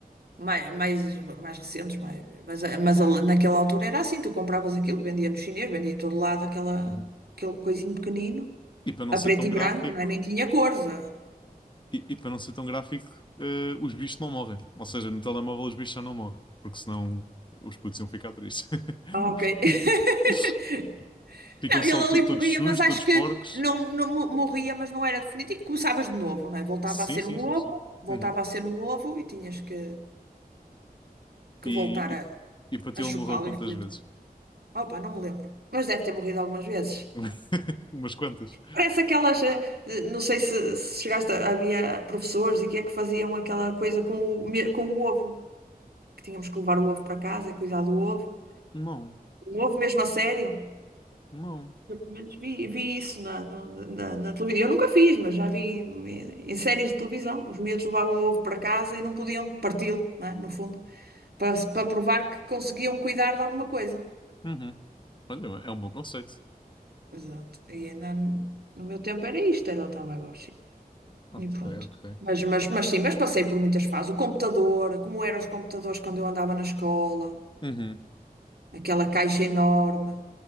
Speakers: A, on the right; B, on the left.
A: mais, mais, mais recentes, mais, mas, mas a- naquela altura era assim, tu compravas aquilo, vendia no chinês, vendia em todo lado aquela,
B: Uhum.
A: aquele coisinho pequenino,
B: E para não
A: a
B: ser
A: preto
B: tão
A: e
B: gráfico,
A: branco, não é? Nem tinha cores. Ah,
B: e, e para não ser tão gráfico, eh, os bichos não morrem. Ou seja, no telemóvel os bichos já não morrem, porque senão os putos iam ficar tristes. <laughs>
A: Ah, ok. <laughs>
B: Ficam
A: Não, ele
B: só
A: ali
B: to- todos
A: morria,
B: sujos,
A: mas acho
B: todos
A: que
B: porcos.
A: não, não mo- morria, mas não era definitivo. Começavas de novo, não é? Voltava
B: Sim,
A: a ser
B: sim,
A: um
B: sim,
A: ovo,
B: sim.
A: voltava
B: Uhum.
A: a ser um ovo e tinhas que, que
B: E,
A: voltar a,
B: e, e para ti
A: a
B: ele
A: chocá-lo
B: morreu quantas
A: e fazer
B: vezes?
A: tudo. Opa, não me lembro. Mas deve ter morrido algumas vezes.
B: <laughs> Umas quantas.
A: Parece aquelas. eh, eh, Não sei se, se chegaste a. Havia professores e que é que faziam aquela coisa com o, me- com o ovo, que tínhamos que levar o ovo para casa e cuidar do ovo.
B: não
A: Um ovo mesmo a sério.
B: não
A: Eu pelo menos vi, vi isso na, no- na, na televisão. Eu nunca fiz, mas já vi em, em séries de televisão. Os miúdos levavam ovo para casa e não podiam parti-lo, né, no fundo, para, para provar que conseguiam cuidar de alguma coisa.
B: Uhum. Olha, é um bom conceito.
A: Exato. E ainda no meu tempo era isto, era o Tamagotchi.
B: Ok,
A: E pronto.
B: ok.
A: Mas, mas, mas sim, mas passei por muitas fases. O computador, como eram os computadores quando eu andava na escola,
B: Uhum.
A: aquela caixa enorme.